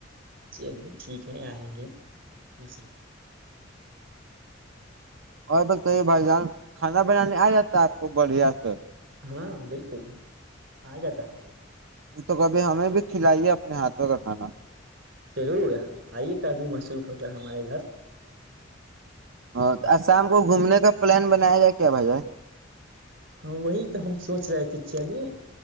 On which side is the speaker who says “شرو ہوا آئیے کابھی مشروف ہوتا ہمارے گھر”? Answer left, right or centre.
Right